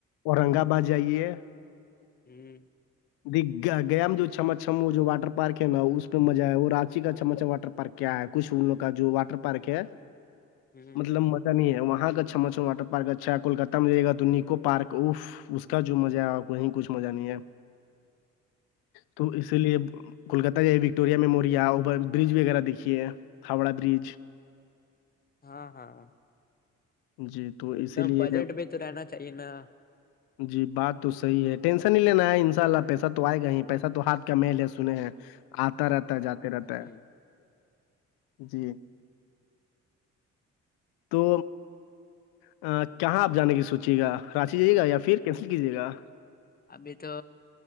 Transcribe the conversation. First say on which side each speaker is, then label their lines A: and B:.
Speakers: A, on the left; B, on the left.
A: اورنگ آباد جائیے
B: ہوں
A: دھک گیا میں جو چھماچھم وہ جو واٹر پارک نا اس پہ مزہ ہے وہ راچی کا چھما چھم واٹر پارک ہے کیا ہے کچھ ان لوگ کا جو واٹر پارک ہے
B: ہ
A: مطلب ہے وہاں کا اچھا مچھا واٹر پارک اچھا کولکتہ میں دیکھا تو نکو پارک اف اس کا جو مزہ ہے وہیں کچھ مزہ نہیں ہے تم اسی لیے کولکتہ وکٹوریا میموریا او برج وغیرہ دیکھیے ہے ہاوڑا برج <inaudible>
B: ہاں ہاں
A: جی تو
B: اتنا
A: اسی لیے
B: بجٹ بھی تو رہنا چاہیے نا
A: جی بات تو صحیح ہے ٹینشن نہیں لینا ہے انشاءاللہ پیسہ تو آئے گا ہی پیسہ تو ہاتھ کا میل ہے سنے ہے آتا
B: ہوں
A: رہتا ہے جاتے رہتا ہے جی تو کہاں آپ جانے کی سوچیں گا ساتھ ہی جائیے گا یا پھر کینسل کیجیے گا
B: ابھی تو